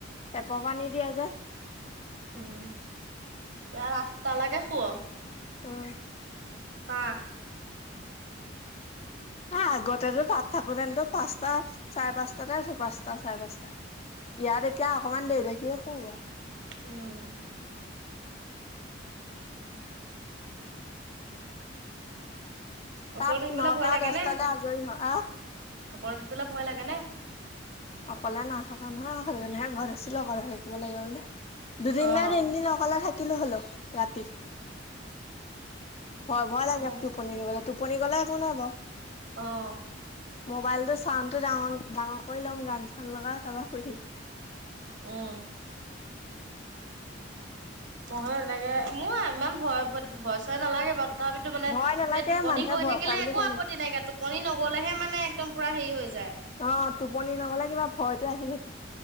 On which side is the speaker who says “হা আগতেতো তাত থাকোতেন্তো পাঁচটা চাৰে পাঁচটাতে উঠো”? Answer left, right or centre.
Left